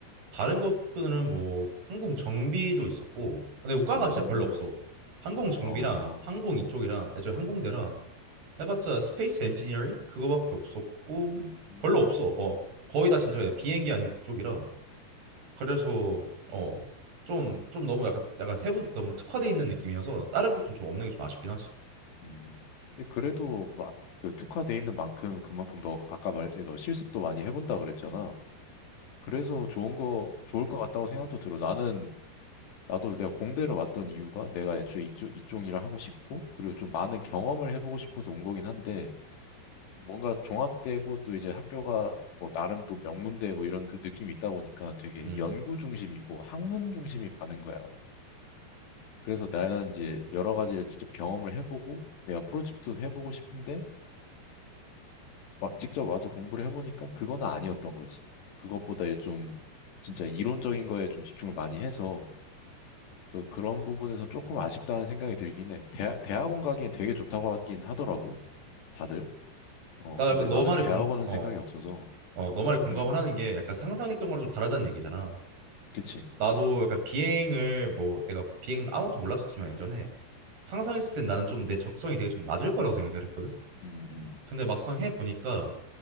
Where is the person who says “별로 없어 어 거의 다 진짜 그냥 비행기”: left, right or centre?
Right